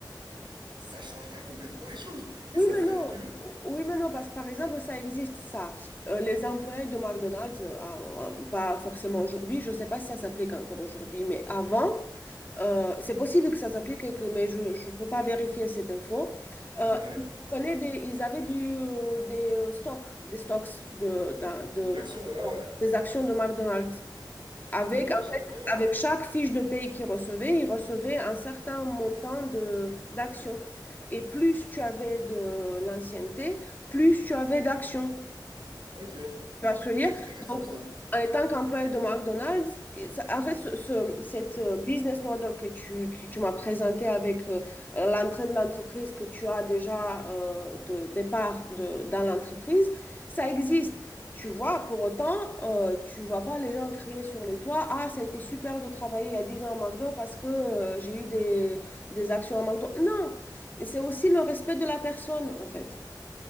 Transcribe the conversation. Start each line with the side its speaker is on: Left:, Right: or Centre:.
Right: ça changerait complètement les choses. Et
Left: Oui,
Right: ça
Left: mais
Right: ferait
Left: non.
Right: que...
Left: Oui, mais non, parce que par exemple, ça existe, ça. Euh, les employés de McDonald's, euh, ah, ah, pas forcément aujourd'hui, je ne sais pas si ça s'applique encore aujourd'hui, mais avant, euh, c'est possible que ça s'applique, et que, mais je ne peux pas vérifier cette info. Euh,
Right: Ouais,
Left: ils prenaient des, ils avaient du, euh, des euh, stocks, des stocks de, d'un- de-
Right: des actions, ouais, ouais.
Left: des actions de McDonald's. Avec,
Right: ouais. Ok, je
Left: en
Right: sais
Left: fait,
Right: pas, ouais.
Left: avec chaque fiche de paye qu'il recevait, il recevait un certain montant de d'actions. Et plus tu avais de l'ancienneté, plus tu avais d'actions.
Right: Ok, c'est
Left: Tu vois ce que je veux dire?
Right: intéressant
Left: Donc,
Right: ça.
Left: en tant qu'employé de McDonald's, et ça- en fait, ce, ce- cette euh, business model que tu, que tu m'as présenté avec euh, l'entrée de l'entreprise que tu as déjà euh, de départ de, dans l'entreprise, ça existe. Tu vois, pour autant, euh, tu vois pas les gens crier sur les toits, Ah, ça a été super de travailler il y a 10 ans à McDo parce que euh, j'ai eu des, des actions à McDo. Non, Et c'est aussi le respect de la personne, en fait.